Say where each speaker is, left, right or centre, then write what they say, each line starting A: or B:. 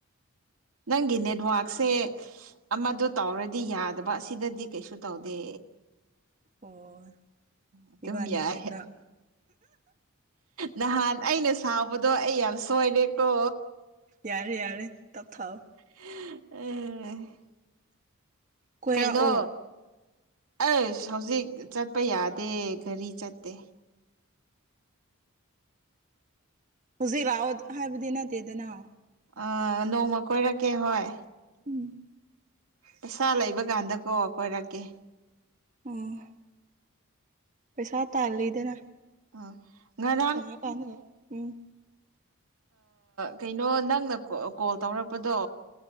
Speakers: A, on the right; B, on the right.
A: ꯅꯪꯒꯤ ꯅꯦꯠꯋꯥꯛꯁꯦ ꯑꯃꯗ ꯇꯧꯔꯗꯤ ꯌꯥꯗꯕ ꯑꯁꯤꯗꯗꯤ ꯀꯩꯁꯨ ꯇꯧꯗꯦ
B: ꯑꯣ
A: ꯑꯗꯨꯝ
B: ꯏꯕꯥꯅꯤꯖꯦꯀꯥ
A: ꯌꯥꯏ ꯅꯍꯥꯟ ꯑꯩꯅ ꯁꯥꯎꯕꯗꯣ ꯑꯩ ꯌꯥꯝ ꯁꯣꯏꯔꯦꯀꯣ
B: ꯌꯥꯔꯦ ꯌꯥꯔꯦ ꯇꯞ ꯊꯥꯎꯑꯣ
A: ꯎ
B: ꯀꯣꯏꯔꯛꯑꯣ
A: ꯀꯩꯅꯣ ꯑꯩ ꯍꯧꯖꯤꯛ ꯆꯠꯄ ꯌꯥꯗꯦ ꯒꯥꯔꯤ ꯆꯠꯇꯦ
B: ꯍꯧꯖꯤꯛ ꯂꯥꯛꯑꯣ ꯍꯥꯏꯕꯗꯤ ꯅꯠꯇꯦꯗꯅ
A: ꯑ ꯅꯣꯡꯃ ꯀꯣꯏꯔꯛꯀꯦ ꯍꯣꯏ
B: ꯎꯝ
A: ꯄꯩꯁꯥ ꯂꯩꯕ ꯀꯥꯟꯗꯀꯣ ꯀꯣꯏꯔꯛꯀꯦ
B: ꯎꯝ ꯄꯩꯁꯥ ꯇꯥꯜꯂꯤꯗꯅ
A: ꯑ ꯉꯔ
B: ꯐꯉ ꯀꯥꯟꯗꯒ ꯎꯝ
A: ꯀꯩꯅꯣ ꯅꯪꯅ ꯀꯣꯜ ꯇꯧꯔꯛꯄꯗꯣ